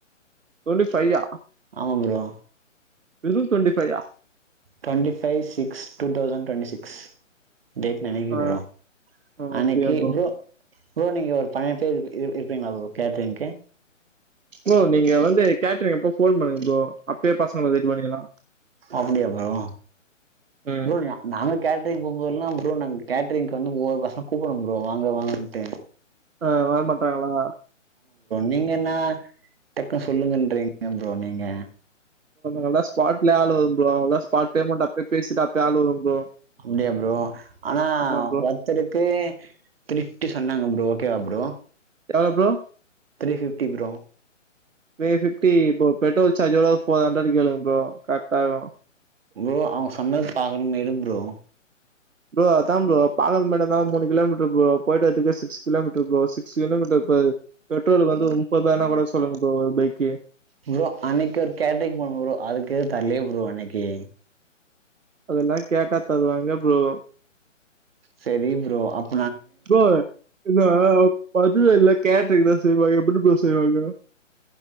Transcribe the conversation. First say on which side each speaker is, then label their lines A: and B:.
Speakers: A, on the right (about 75°); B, on the right (about 50°).
A: டுவெண்ட்டி ஃபையா
B: ஆமா ப்ரோ
A: வெறு டுவெண்டிஃபையா
B: twenty five six two thousand twenty six date நெனைக்கு
A: ஆ
B: ப்ரோ
A: ஓ
B: அன்னைக்கு
A: அப்டியா
B: ப்ரோ ப்ரோ நீங்க ஒரு பன்னெண்டு பேர் இருப் இருப்பீங்களா கேட்றீங்க்கு
A: ஓ நீங்க வந்து கேட்ரிங்க் அப்போ போன் பண்ணுங்க ப்ரோ அப்பயே பசங்கள ரெடி பண்ணிக்கலா
B: அப்டியா ப்ரோ
A: ம்.
B: ப்ரோ நாங்க கேட்ரிங் போமோதெல்லாம் ப்ரோ நாங்க கேட்டரிங்க் வந்து ஒவ்வொரு பசங்கள கூப்டணும் ப்ரோ வாங்க வாங்கன்ட்டு
A: ஆ வர மாட்டாங்களா
B: நீங்கனா டக்குனு சொல்லுங்கன்றீங்க ப்ரோ நீங்க
A: நல்லா ஸ்பாட்ல ஆள் வரும் ப்ரோ ஸ்பாடலயே பேமண்ட அப்பயே பேசிட்டு அப்பயே ஆள் வரும் ப்ரோ
B: அப்டியா ப்ரோ ஆனா
A: ஆமா ப்ரோ.
B: ஒருத்தருக்கு ட்டி சொன்னாங்க ப்ரோ ஓகேவா ப்ரோ
A: எவ்ளோ bro
B: three fifty bro
A: three fifty bro petrol சார்ஜோட ஒரு ஃபோர் ஹண்ட்ரட் கேளுங்க ப்ரோ கரெக்ட்டா இருக்கு
B: ப்ரோ அவங்க சொன்னது பாக்கணு இருங்க ப்ரோ
A: ப்ரோ அதா ப்ரோ பாக்குறதுக்கு தா மூணு கிலோமீட்டர் ப்ரோ போயிட்டு வரதுக்கே six kilometre bro six kilometre ப பெட்ரோலுக்கு வந்து ம் இப்ப வேனா கூட சொல்லுங்க ப்ரோ பை கு
B: ப்ரோ அன்னிக்கு ஒரு கேட்ரிங் போணு ப்ரோ அதுக்கே தர்லயே ப்ரோ அன்னைக்கு
A: அதெல்லா கேட்டா தருவாங்க ப்ரோ
B: சரி ப்ரோ அப்
A: ப்ரோ இதா பாத் <unintelligible> கேட்டரிங்தா செய்வாங்க எப்புடி பா செய்வாங்க